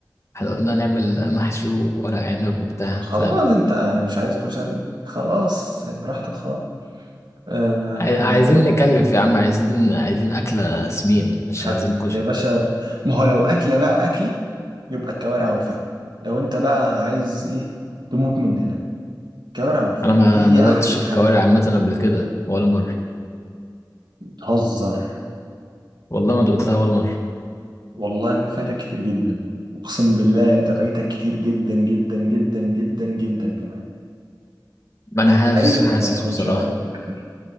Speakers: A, on the left (about 40°); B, on the right (about 80°).
A: احنا قلنا نعمل محشي وورق عنب وبتاع
B: خلاص انت مش عايز كشري خلاص يعني براحتك خالص آه
A: عاي- عايزين نكلف يا عم عايزين عايزين أكلة سمين مش
B: هات-
A: عايزين
B: يا
A: كشري
B: باشا ما هو لو اكله بقى اكله يبقى الكوارع والفتة لو انت بقى عايز ايه تموت مننا الكوارع والفن
A: أنا ما
B: هي
A: ما دقتش
B: أحلى
A: الكوارع
B: حاجة
A: عامة قبل كده ولا مرة
B: بتهزر
A: والله ما دقتها ولا مرة
B: والله أنت فايتك كتير جدا أقسم بالله أنت فايتك كتير جدا جدا جدا جدا جدا كمان
A: ما أنا
B: لا
A: حاسس
B: عيب إنك
A: حاسس
B: ما تكونش
A: بصراحة
B: جربت الكوارع